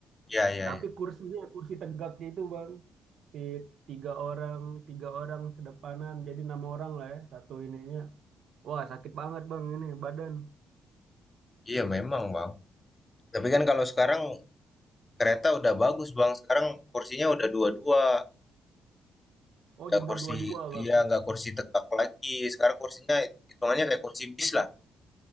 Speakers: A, on the left (about 20°); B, on the right (about 70°).
A: ya ya
B: Tapi
A: ya
B: kursinya, kursi tegaknya itu, Bang. Di tiga orang, tiga orang sedepanan. Jadi enam orang lah ya, satu ininya. Wah, sakit banget, Bang, ini badan.
A: iya memang bang Tapi kan kalau sekarang kereta udah bagus Bang, sekarang kursinya udah dua-dua,
B: Oh,
A: nggak
B: dibuat
A: kursi
B: dua-dua, Bang.
A: iya
B: ya.
A: nggak kursi tegak lagi, sekarang kursinya hitungannya kayak kursi bis lah.